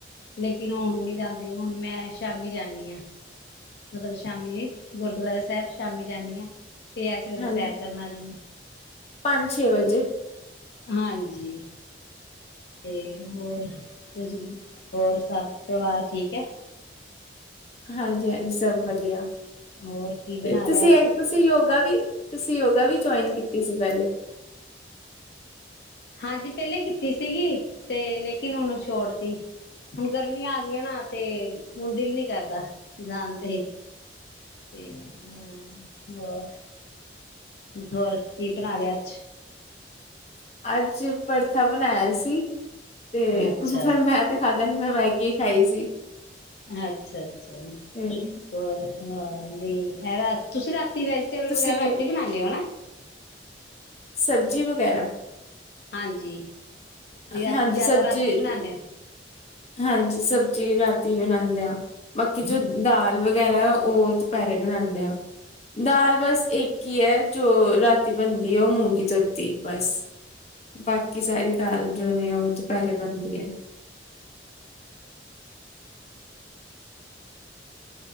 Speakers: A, on the left; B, on the left.
A: ਲੇਕ ਕਿਦੇ ਹੁਣ ਨੀ ਜਾਂਦੇ ਹੁਣ ਮੈਂ ਸ਼ਾਮੀ ਜਾਣੀ ਹਾਂ। <unintelligible> ਸ਼ਾਮੀ ਗੁਰਦੁਆਰਾ ਸਾਹਿਬ ਸ਼ਾਮੀ ਜਾਂਨੀ ਹਾ। ਤੇ ਏਸ ਵੇਲੇ
B: ਹਾਂਜੀ
A: ਸੈਰ ਕਰਨ ਆ ਜਾਂਦੇ,
B: ਪੰਜ ਛੇ ਵਜੇ
A: ਹਾਂਜੀ। ਤੇ ਹੋਰ ਕੁ ਹੋਰ ਸਭ ਪਰਿਵਾਰ ਠੀਕ ਹੈ?
B: ਹਾਂਜੀ-ਹਾਂਜੀ ਸਭ ਵਧੀਆ।
A: ਹੋਰ ਕੀ ਬਣਾ
B: ਤੇ ਤੁਸੀਂ
A: ਲਿਆ ਅੱਜ
B: ਤੁਸੀਂ ਯੋਗਾ ਵੀ ਤੁਸੀਂ ਯੋਗਾ ਵੀ ਜੁਆਇਨ ਕੀਤੀ ਸੀ ਪਹਿਲੇ।
A: ਹਾਂਜੀ ਪਹਿਲੇ ਕੀ ਸੀਗੀ ਤੇ ਲੇਕਿਨ ਹੁਣ ਛੋੜ ਤੀ। ਹੁਣ ਗਰਮੀਆਂ ਆ ਗ ਨਾ ਤੇ ਹੁਣ ਦਿਲ ਨੀ ਕਰਦਾ ਜਾਨ ਤੇ, ਤੇ ਹ ਹੋਰ, ਹੋਰ ਕੀ ਬਣਾ ਲਿਆ ਅੱਜ?
B: ਅੱਜ ਪਰਥਾ ਬਣਾਇਆ ਸੀ। ਤੇ
A: ਅੱਛਾ
B: ਫਿਰ ਮੈਂ ਤੇ ਖਾਧਾ ਨ ਮੈਂ ਮੈਗੀ ਖਾਈ ਸੀ,
A: ਅੱਛਾ ਅੱਛਾ
B: ਹੂੰ।
A: ਹੋਰ <unintelligible> ਤੁਸੀਂ ਰਾ ਤੁਸੀਂ ਵੈਜੀਟੇਬਲ
B: ਤੁਸੀਂ
A: ਵਗੈਰਾ
B: ਕੀ
A: ਰਾਤੀ ਬਣਾਉਂਦੇ ਹੋ ਨਾ।
B: ਸਬਜ਼ੀ ਵਗੈਰਾ
A: ਹਾਂਜੀ। ਵੀ ਰਾਤੀ
B: ਹਾਂਜੀ
A: ਜਿਆਦਾ
B: ਸਬਜ਼ੀ
A: ਰਾਤੀ ਬਣਾਨੇ ਆ।
B: ਹਾਂਜੀ ਸਬਜ਼ੀ ਰਾਤੀ ਬਣਾਉਂਦੇ ਆ ਬਾਕੀ ਜੋ ਦਾਲ ਵਗੈਰਾ ਉਹ ਦੁਪਹਿਰੇ ਬਣਾਉਂਦੇ ਆ ਦਾਲ ਬਸ ਇੱਕ ਹੀ ਹੈ ਜੋ ਰਾਤੀ ਬਣਦੀ ਹੈ ਉਹ ਮੂੰਗੀ ਧੋਤੀ ਬਸ, ਬਾਕੀ ਸਾਰੀ। ਦਾਲ ਜੋ ਨੇ ਉਹ ਦੁਪਹਿਰੇ ਬਣਦੀ ਹੈ।